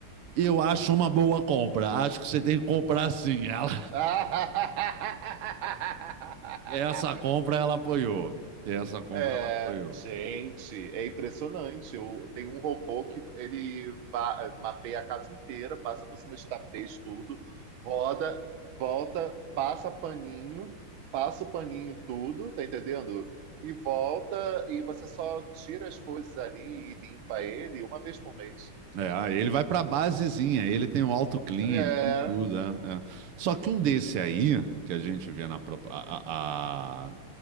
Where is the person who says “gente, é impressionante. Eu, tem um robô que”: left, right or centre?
Right